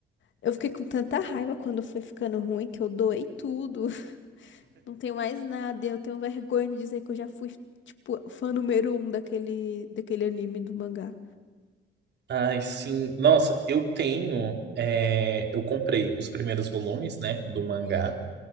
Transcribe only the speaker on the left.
Eu fiquei com tanta raiva quando foi ficando ruim que eu doei tudo. <laughs> Não tenho mais nada. e Eu tenho vergonha de dizer que eu já fui, tipo, fã número um daquele, daquele anime do mangá.